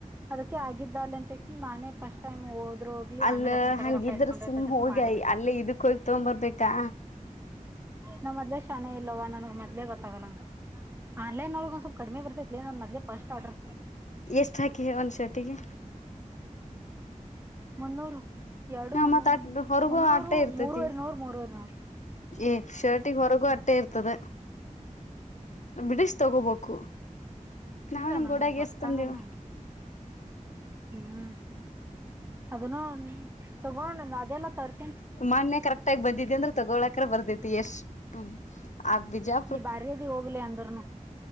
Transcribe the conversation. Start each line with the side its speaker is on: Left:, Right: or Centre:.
Right: ಅದಕ್ಕೆ ಆಗಿದ್ದಾಲಿ ಅಂತೆಸಿಂದ ನಾನೇ ಫಸ್ಟ್ ಟೈಮ್ ಹೋದ್ರು ಇಲ್ಲಿ
Left: ಅಲ್ಲ
Right: ಆಮೇಲ ಅಕ್ಕಿನ ಕಡೆ
Left: ಹಂಗಿದ್ರ
Right: ರೊಕ್ಕ ಇಸ್ಕೊಂಡ್ರ
Left: ಸುಮ್
Right: ಆಯ್ತ್ ಅಂತಕೇಸಿಂದ
Left: ಹೋಗಿ
Right: ಮಾಡಿಬಿಟ್ಟ
Left: ಅಲ್ಲೇ ಇದಕ್ ಹೋಗಿ ತಗೊಬರ್ಬೇಕಾ
Right: ನಾ ಮೊದ್ಲೆ ಶಾನೆ ಇಲ್ಲವ ನನ್ಗ ಮೊದ್ಲೆ ಗೊತ್ತಾಗಲ್ಲಂಗ ಆನ್ಲೈನ್ ಒಳಗ ಒನ್ ಸ್ವಲ್ಪ್ ಕಡಿಮೀ ಬರ್ತೈತ್ಲೆ ನನ್ ಮದ್ಲೆ ಫಸ್ಟ್ ಆರ್ಡರ್ಸ
Left: ಎಷ್ಟ ಹಾಕಿ ಹೇಳ್ ಒಂದ್ ಶರ್ಟಿಗೆ?
Right: ಮುನ್ನೂರು ಎರಡು
Left: ಹ
Right: ಮುನ್ನೂರು
Left: ಮತ್ ಅ ಹೊರಗೂ
Right: ಮುನ್ನೂರು
Left: ಅಟ್ಟೆ ಇರ್ತತಿ
Right: ಮೂರುವರಿ ನೂರ ಮೂರವರಿ ನೂರ.
Left: ಏ ಶರ್ಟಿಗ ಹೊರಗು ಇದ್ದೆ ಇರ್ತದ ಬಿಡಿಶಿ ತಗೋಬೇಕು. ನಾವು
Right: ಇಲ್ಲ
Left: ನಮ್ಮ್
Right: ನಂಗ್
Left: ಗೋಡಗೆಸ್
Right: ಗೊತ್ತಾಗಲ್ಲ
Left: ತಂದೆವ.
Right: ಹ್ಮ್ ಅದನ್ನು ತೋಗೊಂಡ್ ಅದೆಲ್ಲ ತರ್ಸ
Left: ಮೊನ್ನೆ ಕರೆಕ್ಟಾಗಿ ಬಂದಿದ್ದಿ ಅಂದ್ರ ತೊಗೋಳಕ್ ಅರಾ ಬರ್ತೈತಿ ಎಷ್ಟು ಆ ಬೀಜಾ
Right: ನೀ ಭಾರಿ ಅದಿ ಹೋಗ್ಲೆ ಅಂದ್ರೂನು